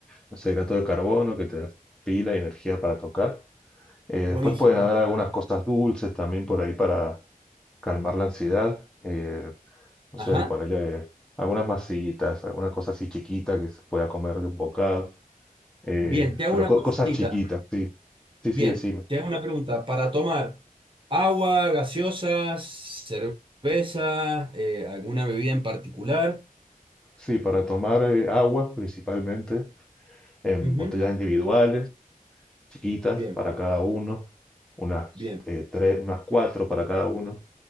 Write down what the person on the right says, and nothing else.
buenísimo.
Ajá.
Bien, te hago
una
consultita.
Bien,
te hago una pregunta. Para tomar agua, gaseosas, cerveza, eh, alguna bebida en particular.
Ujú.
Bien,
bien,